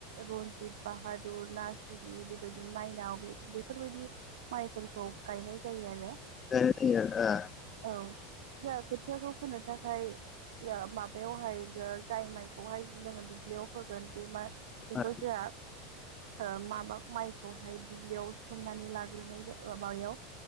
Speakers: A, on the right; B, on the left.
A: रन्जित, बाहादुर, नासुर जुदि बेबायदि माइनाव बे बेफोरबायदि माइफोरखौ गायनाय जायो आरो।
B: जायो ओ
A: औ जा खोथियाखौ फोनो थाखाय माबायावहाय जाय माइखौहाय जोङो दुब्लियाव फोगोन बे माइ बेखौ
B: ओ
A: जोंहा ओ माबा माइखौहाय दुब्लियाव सोमनानै लाग्रोनाय माबायाव